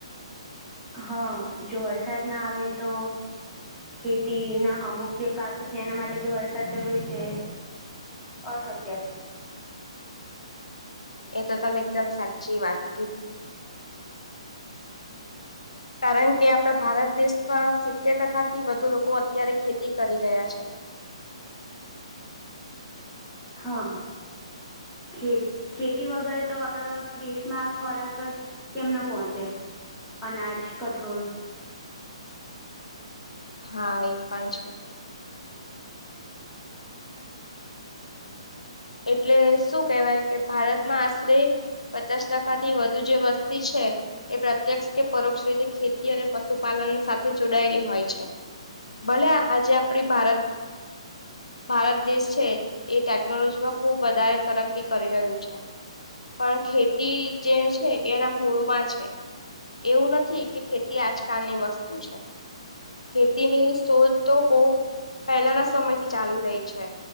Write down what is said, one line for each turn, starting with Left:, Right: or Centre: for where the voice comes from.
Centre: હા જો વરસાદ ના આવે તો? ખેતી ના અમુક જે પાક છે એના માટે જે વરસાદ જરૂરી છે. અશક્ય થાય.
Left: એ તો તમે એકદમ સાચી વાત કીધી. કારણ કે આપડા ભારત દેશમાં સિત્તેર ટકા થી વધુ લોકો અત્યારે ખેતી કરી રહ્યા છે.
Centre: હા ખે ખેતી વગર તો આપણા દેશમાં ખોરાક જ કેમ નુ પહોંચે અનાજ કઠોળ
Left: હા એ પણ શુ એટલે શું કેહેવાય કે ભારતમાં આશરે પચાસ ટકા થી વધુ જે વસ્તી છે. એ પ્રત્યક્ષ કે પરોક્ષ રીતે ખેતી અને પશુપાલન સાથે જોડાયેલી હોય છે. ભલે આજે આપડી ભારત ભારત દેશ છે એ ટેકનોલોજી માં ખુબ વધારે તરકી કરી રહ્યું છે. પણ ખેતી જે છે એના મૂળમાં છે. એવું નથી કે ખેતી આજકાલ ની વસ્તુ છે. ખેતીની શોધ તો બહ પહેલાના સમય થી ચાલી રહી છે.